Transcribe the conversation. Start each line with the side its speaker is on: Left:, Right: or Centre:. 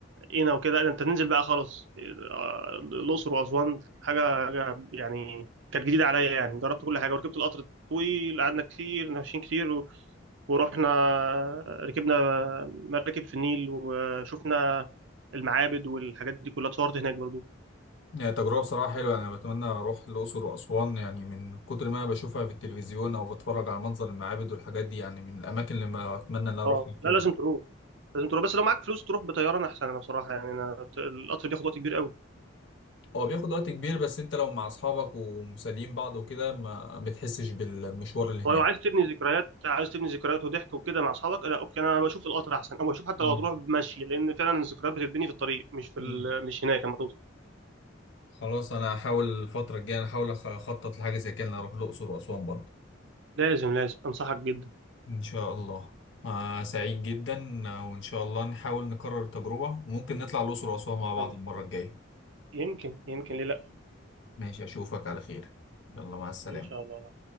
Right: قنا وكده لا انت تنزل بقى خلاص آه، الاقصر واسوان حاجه حاجة يعني كانت جديده عليا يعني جربت كل حاجه وركبت القطر الطويل قعدنا كتير ماشيين كتير و- ورحنا ركبنا مراكب في النيل وشفنا المعابد والحاجات دي كلها اتصورت هناك برضو
Left: هي تجربة بصراحة حلوة أنا بتمنى أروح الأقصر وأسوان يعني من كتر ما بشوفها في التلفزيون أو بتفرج على منظر المعابد والحاجات دي يعني من الأماكن اللي ما أتمنى إن أنا أروح
Right: اه
Left: في
Right: لا
Left: يوم
Right: لازم تروح لازم تروح بس لو معاك فلوس تروح بطياره احسن انا بصراحه يعني انا ت- القطر بياخد وقت كبير قوي
Left: هو بياخد وقت كبير بس أنت لو مع أصحابك ومسالين بعض وكده ما بتحسش بالمشوار اللي
Right: هو لو عايز تبني ذكريات عايز تبني ذكريات وضحك وكده مع اصحابك لا اوكي انا بشوف القطر احسن او بشوف حتى
Left: هناك
Right: لو تروح مشي لان فعلا الذكريات بتتبني في الطريق مش في
Left: مم.
Right: ال... مش هناك لما توصل
Left: خلاص انا هحاول الفتره الجايه احاول أخ- اخطط لحاجه زي كده إن أنا اروح الاقصر واسوان برضه
Right: لازم لازم انصحك جدا
Left: إن شاء الله آه سعيد جدا آه، وان شاء الله نحاول نكرر التجربه وممكن نطلع الاقصر واسوان مع بعض
Right: يلا.
Left: المره الجايه
Right: يمكن يمكن ليه لا
Left: ماشي اشوفك على خير يلا مع السلامه
Right: ان شاء الله